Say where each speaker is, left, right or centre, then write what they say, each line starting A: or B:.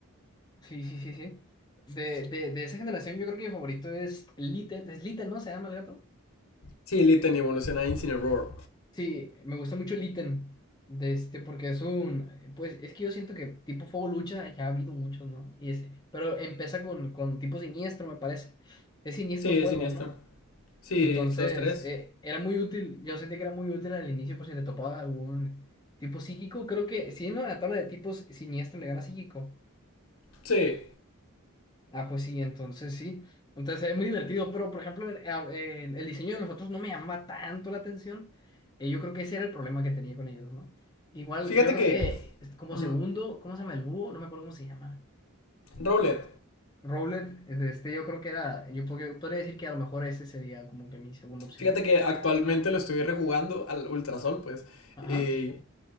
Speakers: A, on the left; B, on the left.
A: Sí, sí, sí, sí. De, de, de esa generación yo creo que mi favorito es Litten. Es Litten, ¿no? ¿Se llama el gato?
B: Sí, Litten evoluciona Incineroar.
A: Sí, me gusta mucho Litten. De este, porque es un... Pues es que yo siento que tipo Fuego Lucha ya ha habido muchos, ¿no? Y es, pero empieza con, con tipo siniestro, me parece. Es siniestro
B: Sí,
A: fuego,
B: es siniestro.
A: ¿no?
B: Sí,
A: Entonces,
B: los tres.
A: eh, era muy útil, yo sentí que era muy útil al inicio por si te topaba algún tipo psíquico. Creo que si no, en la tabla de tipos siniestro le gana psíquico.
B: Sí.
A: Ah, pues sí, entonces sí. Entonces es muy divertido, pero por ejemplo, el, a- el- el diseño de los otros no me llama tanto la atención. Eh, yo creo que ese era el problema que tenía con ellos, ¿no? Igual,
B: Fíjate
A: yo creo
B: que...
A: que es como
B: mm,
A: segundo, ¿cómo se llama el búho? No me acuerdo cómo se llama.
B: Rowlet.
A: Rowlet, eh, de este yo creo que era, yo podría podría decir que a lo mejor ese sería como que mi segunda opción.
B: Fíjate que actualmente lo estoy rejugando al Ultrasol, pues.
A: Ajá.
B: Y